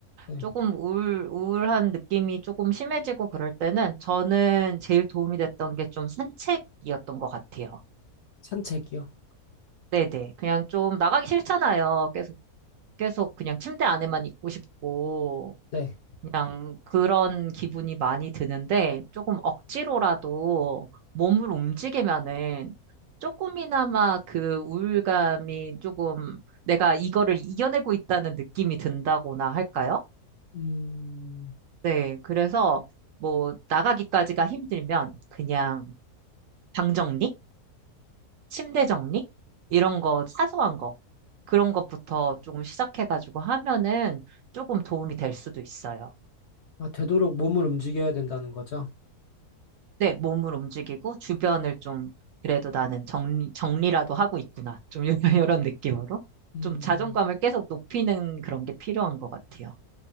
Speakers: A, on the left; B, on the right.
A: 네.
B: 조금 우울, 우울한 느낌이 조금 심해지고 그럴 때는 저는 제일 도움이 됐던 게 좀 산책이었던 것 같아요.
A: 산책이요?
B: 네네. 그냥 좀 나가기 싫잖아요. 계속, 계속 그냥 침대 안에만 있고 싶고,
A: 네.
B: 그냥 그런 기분이 많이 드는데, 조금 억지로라도 몸을 움직이면은 조금이나마 그 우울감이 조금 내가 이거를 이겨내고 있다는 느낌이 든다거나 할까요?
A: 음.
B: 네. 그래서 뭐 나가기까지가 힘들면 그냥 방 정리? 침대 정리? 이런 거, 사소한 거. 그런 것부터 조금 시작해가지고 하면은 조금 도움이 될 수도 있어요.
A: 아, 되도록 몸을 움직여야 된다는 거죠?
B: 네, 몸을 움직이고 주변을 좀 그래도 나는 정리, 정리라도 하고 있구나. 좀 <laughs> 이런 느낌으로.
A: 음,
B: 좀 자존감을 계속 높이는 그런 게 필요한 것 같아요.